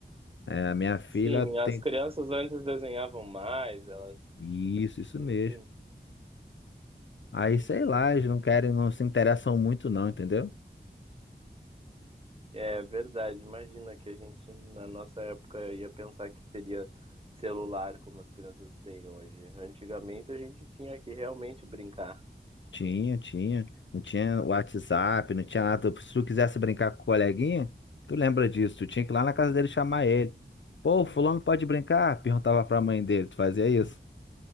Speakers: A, on the left; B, on the right.
A: É, a minha filha
B: Sim,
A: tem.
B: as crianças antes desenhavam mais, elas,
A: Isso, isso
B: enfim,
A: mesmo. Aí,
B: uhum.
A: sei lá, eles não querem, não se interessam muito não, entendeu?
B: É verdade, imagina que a gente, na nossa época, ia pensar que teria celular como as crianças têm hoje. Antigamente a gente tinha que realmente brincar.
A: Tinha, tinha. Não tinha WhatsApp, não tinha nada. Se tu quisesse brincar com o coleguinha, tu lembra disso, tu tinha que ir lá na casa dele chamar ele. Pô, fulano pode brincar? Perguntava pra mãe dele, tu fazia isso?